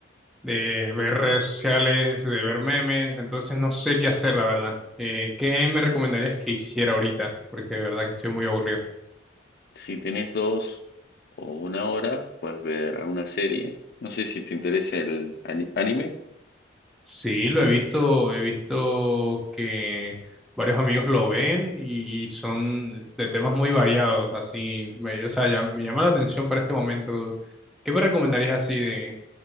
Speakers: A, in the centre; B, on the left (about 55°).
A: de ver redes sociales, de ver memes, entonces no sé qué hacer, la verdad. Eh, ¿qué me recomendarías que hiciera ahorita? Porque de verdad que estoy muy aburrido.
B: Si tenés dos o una hora, puedes ver alguna serie. No sé si te interesa el ani- anime.
A: Sí, lo he visto, he visto que varios amigos lo ven y, y son de temas muy variados, así, me- o sea, ya, me llama la atención para este momento. ¿Qué me recomendarías así de